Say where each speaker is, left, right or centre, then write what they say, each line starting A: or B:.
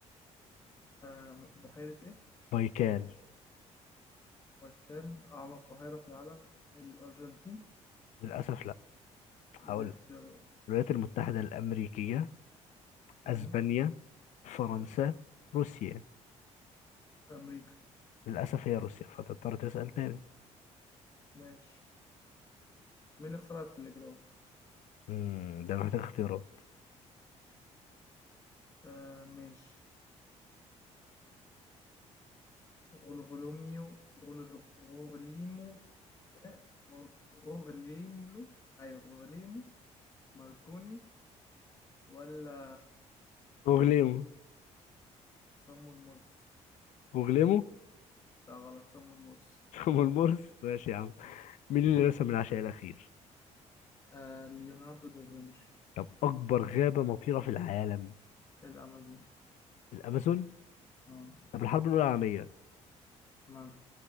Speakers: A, on the left; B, on the left.
A: آه بحيرة ايه؟
B: بايكال
A: بايكال أعمق بحيرة في العالم الأرجنتين
B: للأسف لا هقول
A: دي اختيارات
B: لك. الولايات المتحدة الأمريكية
A: مم.
B: أسبانيا فرنسا روسيا
A: أمريكا
B: للأسف هي روسيا فتضطر تسأل تاني
A: ماشي مين اللي اخترع التلجراف؟
B: مم، ده محتاج اختيارات
A: آه ماشي غلغلوميو غلغ- غوغليمو آه، غو- غوغليملو أيوة غوغليمو ماركوني ولا
B: غوغليمو
A: صامويل مرس
B: غوغليمو
A: لا غلط صامويل مرس
B: <laughs> أم المرس ماشي يا عم مين اللي رسم العشاء الأخير
A: آه ليوناردو دافنشي
B: طب أكبر غابة مطيرة في العالم
A: الأمازون
B: الأمازون
A: اه
B: طب الحرب الأولى العالمية
A: مال